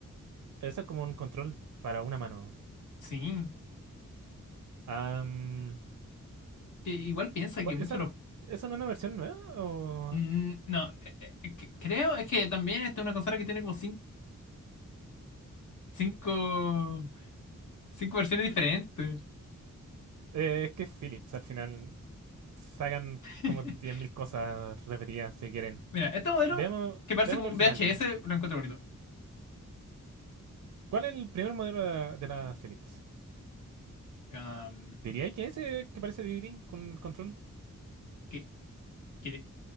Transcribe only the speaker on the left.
Sí.
Que igual piensa
que muchos
los
Mm, no, eh, eh, que- creo es que también esta es una consola que tiene como cinco cinco, cinco versiones diferentes.
<laughs>
Mira, este modelo
que parece
como
un VHS lo encuentro bonito.
Am,
que, cre-